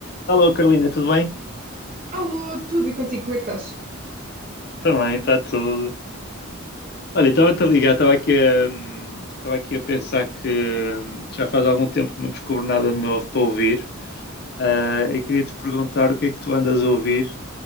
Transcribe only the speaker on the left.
Alô, Carolina, tudo bem?
Também está tudo. Olha, estava-te a ligar, estava aqui a, hum, estava aqui a pensar que hum, já faz algum tempo que não descubro nada de novo para ouvir. Ah, e queria-te perguntar o que é que tu andas a ouvir